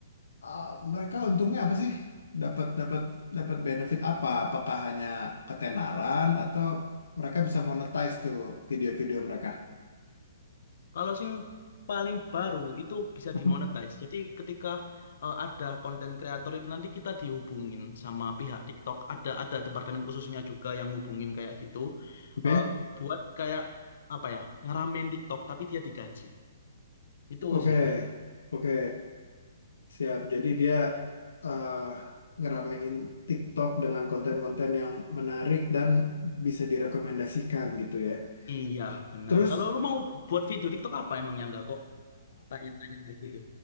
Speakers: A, on the left; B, on the left.
A: ah, mereka untungnya apa sih? Dapat dapat dapat benefit apa? Apakah hanya ketenaran atau mereka bisa monetize tuh video-video mereka?
B: Kalau sing paling baru itu bisa
A: Hmm?
B: dimonetize. Jadi ketika eh, ada konten kreator itu nanti kita dihubungin sama pihak TikTok. Ada ada departemen khususnya juga yang hubungin kayak gitu
A: Oke.
B: eh, buat kayak apa ya ngeramein TikTok tapi dia digaji. Itu
A: Oke,
B: sih kak.
A: oke, siap. Jadi dia eh, ngeramein TikTok dengan konten-konten yang menarik dan bisa direkomendasikan gitu ya.
B: Iya benar.
A: Terus
B: Kalau lu mau buat video TikTok apa emang yang enggak kok tanya-tanya kayak gitu.